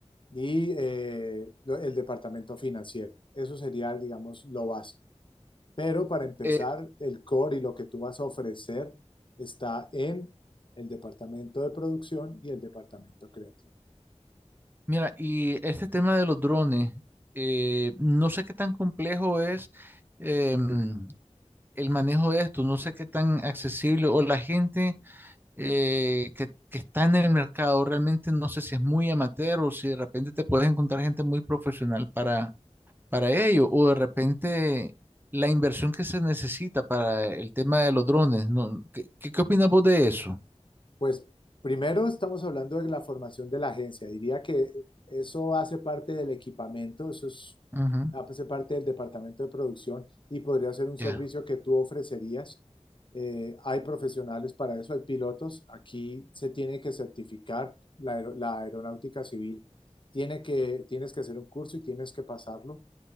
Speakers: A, on the left; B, on the right.
A: y eh, el departamento financiero. Eso sería, digamos, lo básico. Pero para empezar,
B: Eh,
A: el core y lo que tú vas a ofrecer está en el departamento de producción y el departamento creativo.
B: Mira, y este tema de los drones, eh, no sé qué tan complejo es em, el manejo de esto, no sé qué tan accesible o la gente eh, que, que está en el mercado, realmente no sé si es muy amateur o si de repente te puedes encontrar gente muy profesional para, para ello o de repente la inversión que se necesita para el tema de los drones, ¿no? ¿Qué, qué, qué opinas vos de eso?
A: Pues primero estamos hablando de la formación de la agencia. Diría que eso hace parte del equipamiento, eso es,
B: Ujú,
A: hace parte del departamento de producción y podría ser un servicio
B: Ya.
A: que tú ofrecerías. Eh, hay profesionales para eso, hay pilotos. Aquí se tiene que certificar la, aer- la aeronáutica civil. Tiene que, tienes que hacer un curso y tienes que pasarlo